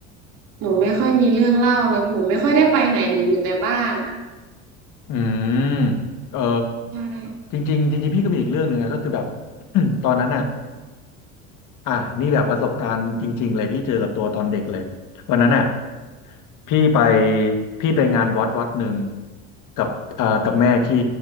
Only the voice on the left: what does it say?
อืมเออ
จริงๆจริงๆพี่ก็มีอีกเรื่องหนึ่งนะก็คือแบบ <clears throat> ตอนนั้นอ่ะ อ่ะนี่แบบประสบการณ์จริงๆเลยพี่เจอกับตัวตอนเด็กเลยวันนั้นอ่ะพี่ไปพี่ไปงานวัดวัดหนึ่งกับเอ่อกับแม่พี่